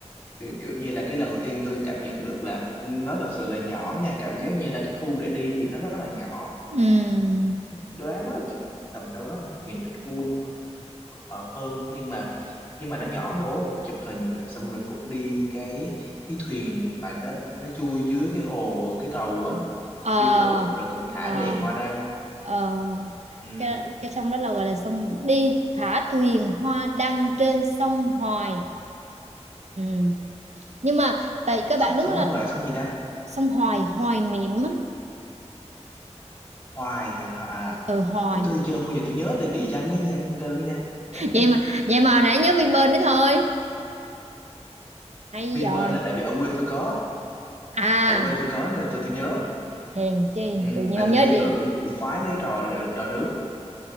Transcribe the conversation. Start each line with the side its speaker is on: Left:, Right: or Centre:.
Left: Thì kiểu như là cái lần đầu tiên tôi cảm nhận được là nó thật sự là nhỏ nha cảm giác như là cái khu để đi thì nó rất là nhỏ
Right: ừm
Left: đoán là chắc tầm đâu đó một nghìn mét vuông ờ, hơn nhưng mà nhưng mà nó nhỏ hơn Bố cũng chụp hình xong rồi cũng đi cái cái thuyền mà nó nó chui dưới cái hồ cái cầu á cũng
Right: ờ
Left: đi thử rồi cũng thả
Right: ờ
Left: đèn hoa đăng
Right: ờ
Left: Ừm,
Right: cái cái sông đó là gọi là sông đi thả thuyền hoa đăng trên sông Hoài Ừm. nhưng mà tại các
Left: s-
Right: bạn đúng
Left: xong
Right: là
Left: nó gọi là sông gì ta
Right: sông Hoài Hoài niệm á
Left: Hoài hả à
Right: ừ Hoài
Left: thế tôi đi chơi bao giờ tôi nhớ tên địa danh đấy nha chơi cái nha chán
Right: vậy
Left: ghê
Right: mà vậy mà hồi nãy nhớ Vinpearl đấy thôi hay
Left: Vinpearl
Right: rồi
Left: là tại vì ở quê tôi có
Right: à
Left: ở quê tôi có nên là tôi tôi nhớ
Right: hèn chi
Left: ừ,
Right: tự nhiên
Left: tại
Right: không
Left: từng
Right: nhớ
Left: đi
Right: đi
Left: rồi cũng cũng khoái mấy trò trò nước